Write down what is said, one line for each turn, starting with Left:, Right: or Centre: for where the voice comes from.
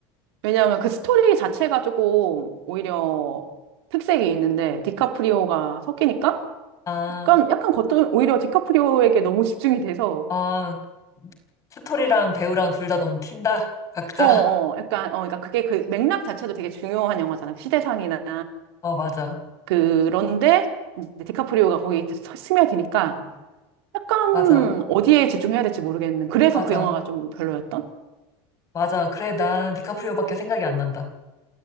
Right: 왜냐하면 그 스토리 자체가 조금 오히려 특색이 있는데 디카프리오가 섞이니까
Left: 아,
Right: 약간 약간 겉은 오히려 디카프리오에게 너무 집중이 돼서
Left: 아, 스토리랑 배우랑 둘 다 너무 튄다? 각자.
Right: 어어 약간 어 그러니까 그게 그 맥락 자체도 되게 중요한 영화잖아 그 시대상이나
Left: 어, 맞아.
Right: 그런데 이제 디카프리오가 거기 서- 스며드니까 약간
Left: 맞아.
Right: 어디에 집중해야 될지 모르겠는 그래서
Left: 맞아.
Right: 그 영화가 좀 별로였던
Left: 맞아. 그래, 난 디카프리오밖에 생각이 안 난다.